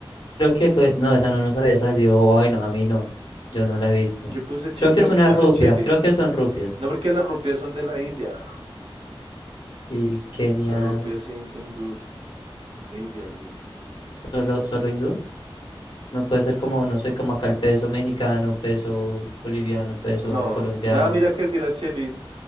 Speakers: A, on the left; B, on the right.
A: Creo que fue. No, esa no nos había salido. Bueno, a mí no. Yo no la he visto.
B: Yo puse, che-
A: Creo
B: yo
A: que es
B: puse
A: una rupia.
B: chelín.
A: Creo que son rupias.
B: No, porque las rupias son de la India.
A: Y Kenia,
B: Las rupias in- hindús. Indias, digo.
A: solo, solo hindú. No puede ser como,
B: Sí.
A: no sé, como acá el peso mexicano, peso boliviano, peso
B: No,
A: colombiano.
B: nada, mira que si era Chelín.